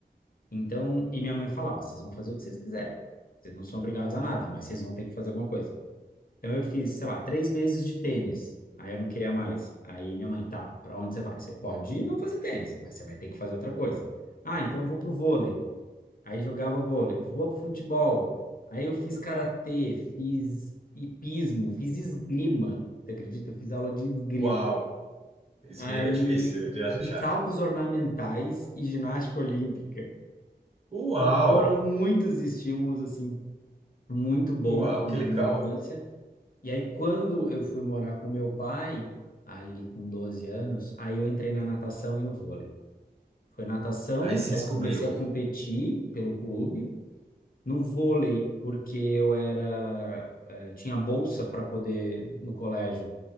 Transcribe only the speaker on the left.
Então, e minha mãe falava, vocês vão fazer o que vocês quiserem. Vocês não são obrigados a nada, mas vocês vão ter que fazer alguma coisa. Então, eu fiz, sei lá, três meses de tênis. Aí eu não queria mais. Aí minha mãe, tá, pra onde você vai? Você pode não fazer tênis, mas você vai ter que fazer outra coisa. Ah, então eu vou pro vôlei. Aí jogava vôlei, vou pro futebol. Aí eu fiz karatê, fiz hipismo, fiz esgrima. Você acredita? Eu fiz aula de esgrima.
Aí
fiz saltos ornamentais e ginástica olímpica.
Então foram muitos estímulos assim muito bons
na
minha infância. E aí quando eu fui morar com meu pai, ali com 12 anos, aí eu entrei na natação e no vôlei. Foi natação,
aí
eu comecei a competir pelo clube no vôlei, porque eu era, eh, tinha bolsa para poder, no colégio,